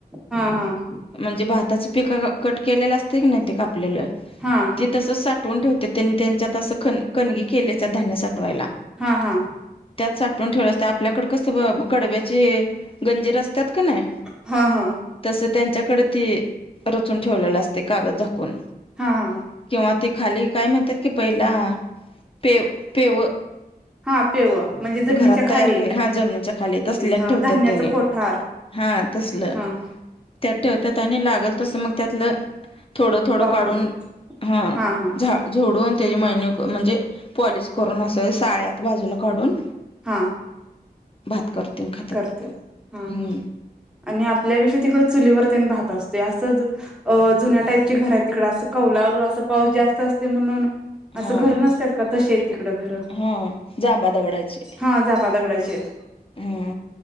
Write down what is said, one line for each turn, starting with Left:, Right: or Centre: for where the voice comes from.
Centre: हा हा
Left: म्हणजे भाताच पिका कट केलेला असत की नाही ते काप आपलंल
Centre: हा
Left: ती तस साठवून ठेवते त्यांनी त्यांच्यात असं ख खणगी केल्याच धान्य साठवायला.
Centre: हा हा.
Left: त्यात साठवून ठेव असते आपल्याकड कसं ब कडब्याची गंजीर अस त्यात कनाय
Centre: हा हा
Left: तस त्यांच्याकड ते रचून ठेवलेलं असते. कागद झाक कोन
Centre: हा हा
Left: किंवा ते खाली काय म्ह त्यात की पहिला पेव, पेव.
Centre: हा पेव. म्हणजे जमिनीच्या
Left: घरात
Centre: खाली
Left: तयार केले हा जमनीच्या खाली तसल्यात
Centre: हा
Left: ठेवतात
Centre: धान्याच
Left: त्याने.
Centre: कोठार
Left: हा तसल
Centre: हा
Left: त्यात ठेवतत आणि लागल तसं मग त्यातलं थोडं थोडं
Centre: वापरतात
Left: काढून हां
Centre: हा हा
Left: झा झोडून त्याचे महिने म्हणजे पॉलिश करून असं साळ्यात बाजूला काढून
Centre: हां.
Left: भात करते आणि खातात
Centre: करते हां
Left: हम्म
Centre: हां आणि आपल्याविषी तिकड चुलीवर त्यां भात अस ते असंच अ जुन्या टाईप ची घरं आहेत. तिकडं असं कौलारू आसं पाऊस जास्त असत म्हणून असं
Left: हा
Centre: घर नसतात का तसे? तिकडं घरं
Left: हा जांबा दगडाची
Centre: हां जांबा दगडाचेेत.
Left: हा